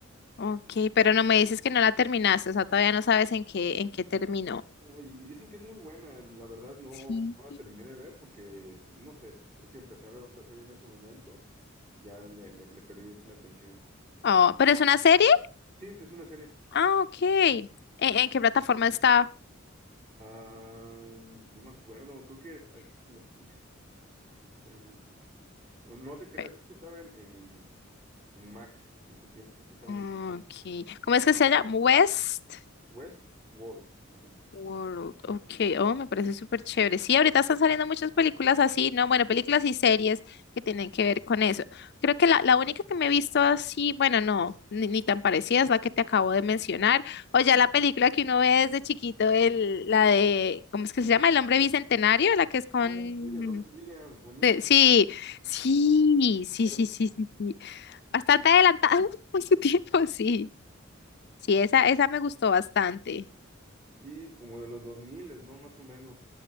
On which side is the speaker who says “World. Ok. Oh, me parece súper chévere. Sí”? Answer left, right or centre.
Left